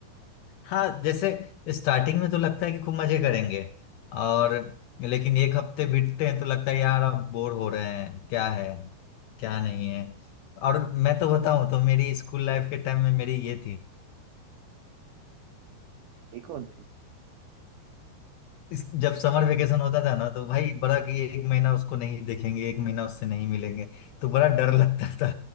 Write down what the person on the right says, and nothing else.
ये कौन थी